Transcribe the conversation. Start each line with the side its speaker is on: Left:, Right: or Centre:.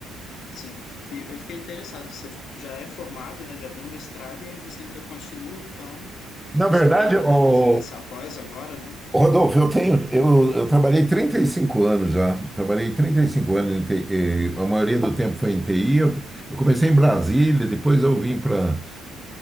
Left: Sim. E eu fiquei interessado, você já é formada, né? Já tem o mestrado e aí você ainda continua, então,
Centre: Na
Left: estudando,
Centre: verdade, o
Left: né? Fazendo essa pós agora, né?
Centre: Rodolfo, eu tenho, eu, eu trabalhei 35 anos já. Trabalhei 35 anos em TI, eh, a maioria do tempo foi em TI. Eu, eu comecei em Brasília, depois eu vim para